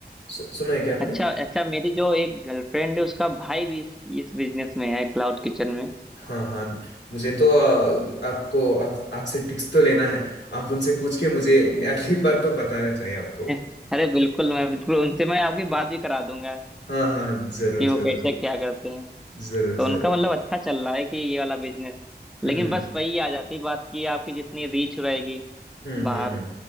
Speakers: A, on the left; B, in the centre.
A: सु, सुना है क्या आपने
B: अच्छा अच्छा मेरी जो एक गर्लफ्रेंड है उसका भाई भी इस, इस बिजनेस में है क्लाउड किचन में
A: हाँ हाँ मुझे तो अ, आपको आप, आपसे टिप्स तो लेना है आप उनसे पूछ के मुझे अगली बार तो बताना चाहिए आपको
B: <laughs> अरे बिल्कुल मैं बिल्कुल उनसे मैं आपकी बात भी करा दूंगा
A: हाँ हाँ जरूर
B: कि
A: जरूर
B: वो कैसे क्या करते हैं
A: जरूर
B: तो उनका
A: जरूर
B: मतलब अच्छा चल रहा है कि ये वाला बिजनेस लेकिन
A: हम्म
B: बस वही आ जाती बात कि आपकी जितनी रीच रहेगी
A: हम्म
B: बाहर
A: हम्म हम्म